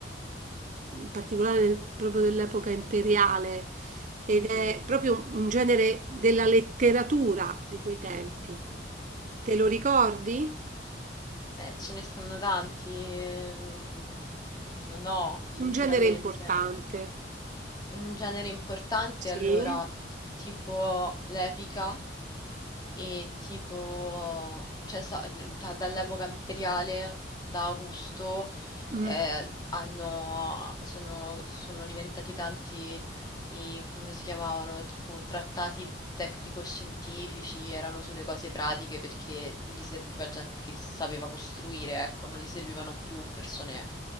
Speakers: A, on the right; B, on the left.
A: in particolare nel- proprio dell'epoca imperiale, ed
B: Mhm.
A: è proprio un genere della letteratura di quei tempi. Te lo ricordi?
B: Eh, ce ne stanno tanti, mm, non ho, sinceramente.
A: Un genere importante.
B: Un genere importante
A: Sì.
B: allora, tipo l'epica e tipo, cioè sa- da- dall'epoca imperiale, da Augusto,
A: Mm.
B: eh, hanno- sono, sono diventati tanti i, come si chiamavano, tipo trattati tecnico-scientifici, erano sulle cose pratiche perché gli serviva gente che sapeva costruire, ecco, non gli servivano più persone